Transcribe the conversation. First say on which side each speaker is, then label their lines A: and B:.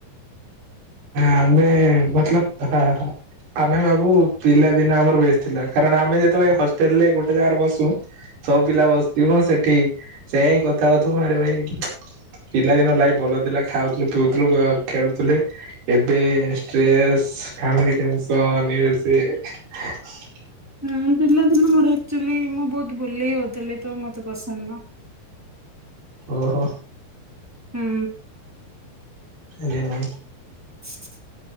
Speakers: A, on the right; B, in the centre.
A: ଆମେ ମତଲବ ଆ ଆମେ ଭାବୁ ପିଲା ଦିନ ଆମର ବେଶ ଥିଲା, କାରଣ ଆମେ ଯେତେବେଳେ ହଷ୍ଟେଲ ରେ ଗୋଟେ ଜାଗାରେ ବସୁ ସବୁ ପିଲା ବସିଥିବୁ, ସେଠି ସେ ହିଁ କଥା ହଉଥିବ ଆରେ ଭାଇ ପିଲାଦିନ ଲାଇଫ୍ ଭଲ ଥିଲା ଖାଉଥିଲୁ, ପିଉଥିଲୁ, ଖେଳୁୁ ଥିଲୁ ଏବେ ଷ୍ଟ୍ରେସ ଫ୍ୟାମିଲି ଟେନସନ ଇଏ ସିଏ <unintelligible>
B: ହୁଁ, ପିଲାଦିନ ମୋର ଆକଚୁଆଲି ମୁଁ ବହୁତ ବୁଲେଇ ହଉଥିଲି ତ ମତେ ପସନ୍ଦ ନୁହଁ।
A: ଓହୋ
B: ହୁଁ
A: ଆଜ୍ଞା କଣ?
B: <unintelligible>